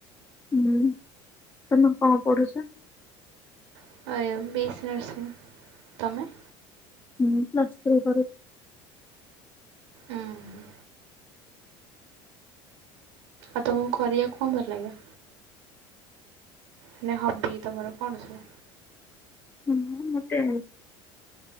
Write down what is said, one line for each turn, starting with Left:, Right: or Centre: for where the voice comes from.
Left: ହଁ ତମେ କଣ ପଢ଼ୁଛ?
Right: <unintelligible> ବି ଏ ସି ନର୍ସି। ତମେ?
Left: ହୁଁ ପ୍ଲସ ଥ୍ରି କରୁଛି।
Right: ଉଁ ହୁଁ ଆଉ ତମକୁ କରିବାକୁ କଣ ଭଲ ଲାଗେ? ମାନେ ହବି ତମର କଣ ସବୁ?
Left: ହୁଁ ମତେ